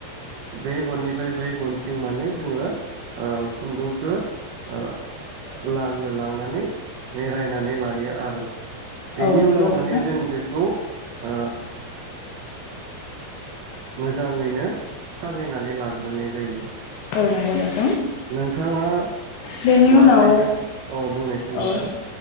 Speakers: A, on the right (about 80°); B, on the left (about 80°).
A: बे गननिफ्राय बै गनथिं माने जोङो अ खुन्दुंखौ अ लाङो लांनानै बमेरायायनानै लायो आरो। बेनि
B: औ नंगौ
A: उनाव
B: नोंथां
A: माने जों बेखौ ओ मोजाङैनो साजायनानै लाग्रोनाय जायो।
B: औ नंगौ नों
A: नोंथाङा
B: बेनि
A: माबाय
B: उनाव
A: अ बुंनायसै नोंथां?
B: औ